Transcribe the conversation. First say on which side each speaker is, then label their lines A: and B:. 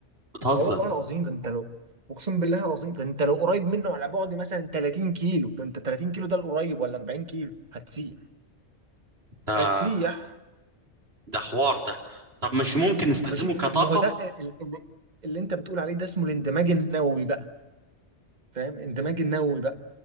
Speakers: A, on the right (about 60°); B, on the right (about 40°).
A: بتهزر
B: اه والله العظيم ده انت لو اقسم بالله العظيم ده انت لو قريب منه على بعد مثلا 30 كيلو ده انت 30 كيلو ده القريب ولا 40 كيلو هتسيح
A: ده
B: هتسيح
A: ده حوار ده طب مش ممكن نستخدمه
B: ماشي
A: كطاقة
B: ما هو ده ال- ال- اللي انت بتقول عليه ده اسمه الاندماج النووي بقى فاهم اندماج النووي بقى.